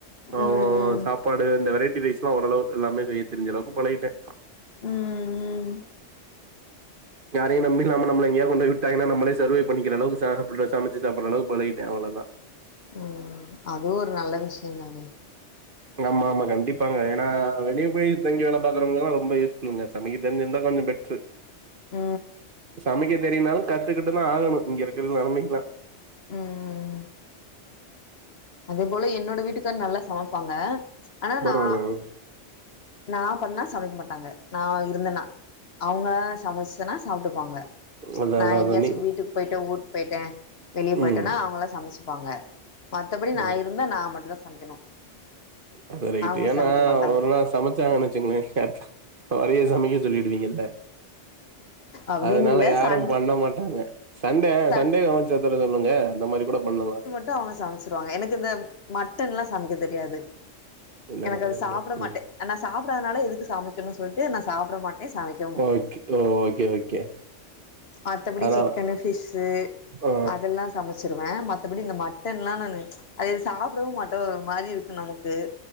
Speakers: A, on the right (about 50°); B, on the left (about 55°).
A: ஆ
B: ம் ம்
A: சாப்பாடு இந்த வெரைட்டி ரைஸ்ல்லா ஓரளவு எல்லாமே செய்ய தெரிஞ்ச அளவுக்கு பழகிட்டே
B: ம் ம்
A: யாரையு நம்பி இல்லாம நம்மள எங்கயா கொண்டு விட்டங்கா நம்மளே சர்வை பண்ணிக்கிற அளவுக்கு சாப்புட்ற சமச்சு சாப்புட்ற அளவு பழகிட்டே அவ்ளதா
B: ம் அதுவு ஒரு நல்ல விஷய தானே
A: ஆமா ஆமா கண்டிப்பாங்க ஏன்னா வெளியே போய் தங்கி வேல பாக்குறவங்கல்லா ரொம்ப யூஸ்ஃபுள்ங்க சமைக்க தெரிஞ்சிருந்தா கொஞ்ச பெஸ்ட்டு
B: ஆ
A: சமைக்க தெரியனாலு கத்துக்கிட்டுதா ஆகணு இங்க இருக்குற நெலமைக்குலா
B: ம் ம் ம் அதே போல என்னோட வீட்டுக்கார் நல்லா சமைப்பாங்க ஆனா
A: பரவாலங்க
B: நா நா பண்ணா சமைக்க மாட்டாங்க நா இருந்தேனா அவங்க சமைச்சன்னா சாப்ட்டுப்பாங்க
A: அதா
B: நா
A: அதா
B: எங்கேயாச்சு
A: அதா நீ
B: வீட்டுக்கு போயிட்டே ஊருக்கு போயிட்டே வெளியே போயிட்டேன்னா
A: ம்
B: அவங்களா சமச்சு ப்பாங்க மத்தபடி
A: அதா
B: நா இருந்தா நா மட்டு தா சமைக்கணு
A: அது ரைட்டு
B: அவங்க
A: ஏன்னா
B: சமைக்க மாட்டாங்க
A: ஒரு நாள் சமச்சாங்கன்னு வெச்சுக்கங்கய ஷட் அவரைய சமைக்க சொல்லிடுவீங்கள்ல
B: அப்டின்னு
A: அதனால
B: இல்ல
A: யாரு
B: சண்
A: பண்ண மாட்டாங்க சண்டே
B: ச
A: சண்டே சமச்சுதர சொல்லுங்க அந்த மாரி கூட பண்ணலா
B: டு அவங்க சமச்சிருவாங்க எனக்கு இந்த மட்டன்ல்லா சமைக்க தெரியாது
A: என்னங்க
B: எனக்கு
A: சொல்றீங்க
B: அது சாப்புட மாட்டே அ நா சாப்டாதனால எதுக்கு சமைக்கணு சொல்ட்டு நா சாப்ட மாட்டே சமைக்
A: ஓகே ஓ ஓகே ஓகே
B: மத்தபடி
A: அதனால
B: சிக்கனு ஃபிஷ்ஷு
A: ஆ
B: அதெல்லா சமச்சிருவே மத்தபடி இந்த மட்டன்லா நானு அது சாப்டவு மாட்ட ஒரு மாரி இருக்கு நமக்கு